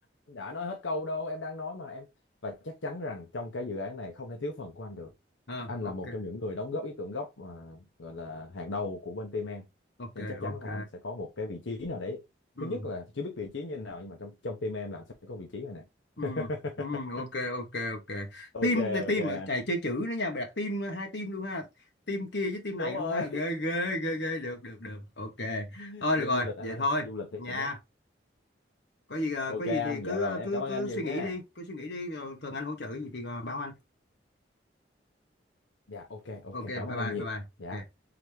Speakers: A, on the left; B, on the left.
A: đã nói hết câu đâu em đang nói mà em và chắc chắn rằng trong cái dự án này không thể thiếu phần của anh được
B: à,
A: anh
B: ok
A: là một trong những người đóng góp ý tưởng gốc mà gọi là hàng đầu của bên team em
B: ok
A: nên chắc chắn
B: ok
A: là anh sẽ có một cái vị trí nào đấy
B: ừ.
A: thứ nhất là chưa biết vị trí như thế nào nhưng mà trong trong team em là anh sẽ có vị trí rồi nè
B: ừ
A: <laughs>
B: ừ ok ok ok team
A: ok
B: này team
A: ok
B: ở
A: anh
B: chạy chơi chữ nữa nha mày đặt team ờ, hai team luôn ha team kia với team
A: đúng
B: này
A: rồi
B: luôn ha ghê ghê ghê ghê được được được ok
A: <laughs>
B: thôi
A: dân
B: được rồi
A: du lịch anh
B: vậy
A: ơi
B: thôi
A: du lịch thì
B: nha
A: nó
B: có gì ờ,
A: ok
B: có gì
A: anh
B: thì cứ
A: dạ rồi
B: ờ,
A: em
B: cứ
A: cảm ơn
B: cứ
A: anh nhiều
B: suy
A: nha
B: nghĩ đi cứ suy nghĩ đi rồi cần anh hỗ trợ cái gì thì ờ, báo anh
A: dạ ok ok
B: ok
A: cảm
B: bye
A: ơn anh
B: bye
A: nhiều
B: bye bye
A: dạ
B: Ok.